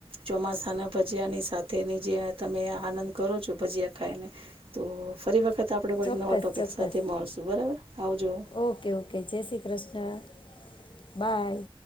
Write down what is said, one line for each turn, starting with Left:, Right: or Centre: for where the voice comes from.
Right: ચોમાસાના ભજીયાની સાથેની જે તમે આનંદ કરો છો ભજીયા ખાઈને. તો ફરી વખત આપડે કોઈક
Left: ચોક્કસ
Right: નવા ટોપિક
Left: ચોક્કસ
Right: સાથે મળશું બરાબર આવજો.
Left: ઓકે ઓકે જય શ્રી કૃષ્ણ બાય.